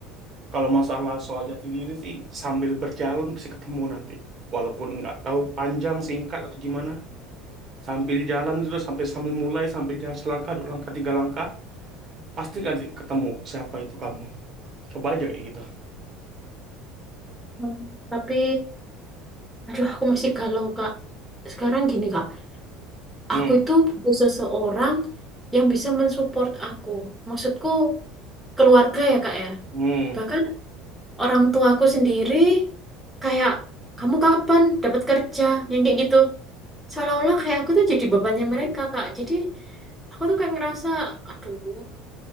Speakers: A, on the right; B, in the centre.
A: kalau masalah soal jati diri sih sambil berjalan pasti ketemu nanti walaupun nggak tahu panjang singkat atau gimana Sambil jalan terus sampai sambil mulai sambil jalan selangkah dua langkah tiga langkah pasti nanti ketemu siapa itu kamu. Coba aja kayak gitu.
B: gitu. tapi aduh aku masih galau kak sekarang gini kak
A: Hmm,
B: aku itu butuh seseorang yang bisa mensupport aku maksudku keluarga ya kak ya
A: hmm.
B: bahkan orang tuaku sendiri kayak kamu kapan dapat kerja yang kayak gitu seolah-olah kayak aku tuh jadi bebannya mereka kak jadi aku tuh kayak ngerasa aduh